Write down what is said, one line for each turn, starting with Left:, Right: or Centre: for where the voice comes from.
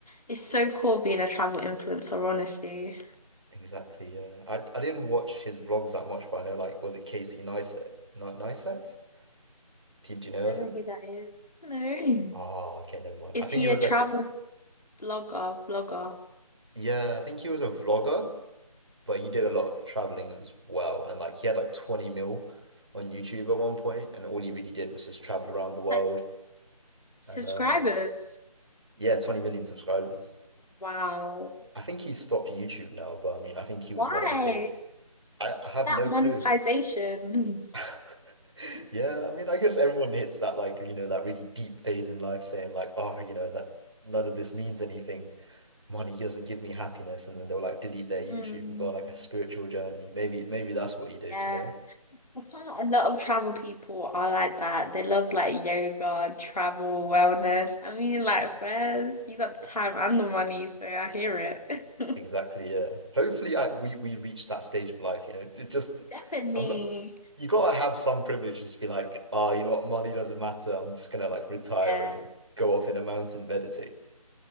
Left: It's so cool being a travel influencer, honestly.
Right: exactly. Yeah, I I didn't watch his vlogs that much, but I know like was it Casey Neistat? Not Neistat? Did you know
Left: I
Right: of
Left: don't
Right: him?
Left: know who that is. No.
Right: Oh, okay, never mind.
Left: Is
Right: I think
Left: he
Right: he was
Left: a travel
Right: like, a-
Left: blogger, vlogger?
Right: yeah, I think he was a vlogger. but he did a lot of traveling as well. And like he had like 20 mil on YouTube at one point, and all he really did was just travel around the world.
Left: Like subscribers.
Right: And um, yeah, 20 million subscribers.
Left: Wow.
Right: I think he stopped YouTube now, but I mean, I think he was
Left: Why?
Right: one of the big. I, I have
Left: That
Right: no
Left: monetization.
Right: clue. <laughs>
Left: <laughs>
Right: Yeah, I mean, I guess everyone hits that like, you know, that really deep phase in life saying like, oh, you know, that none of this means anything. Money doesn't give me happiness. And then they'll like delete their YouTube
Left: Mm,
Right: and go on like a spiritual journey. Maybe, maybe that's what he did,
Left: yeah.
Right: you know?
Left: I find that a lot of travel people are like that. They love like yoga, travel, wellness. I mean, like, where's you got the time and the money, so I hear it. <laughs>
Right: Exactly, yeah. Hopefully, I, we we reach that stage of life, you know. It just,
Left: Definitely.
Right: I'm not, you gotta have some privilege, just to be like, oh, you know what, money doesn't matter. I'm just gonna like retire
Left: Yeah.
Right: and go off in a mountain, meditate. <laughs>